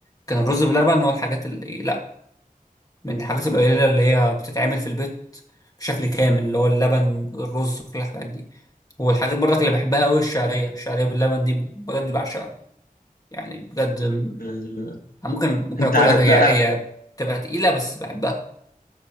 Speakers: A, on the left; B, on the left.
A: كان الرز بلبن هو الحاجات اللي من الحاجات القليلة اللي هي بتتعمل في البيت بشكل كامل اللي هو اللبن الرز كل الحاجات دي والحاجات برضك اللي بحبها قوي الشعرية الشعرية باللبن دي بجد بعشقها يعني بجد م-
B: آه،
A: ممكن ممكن
B: انت
A: اكلها
B: عارف
A: هي
B: بقى
A: هي بتبقى تقيلة بس بحبها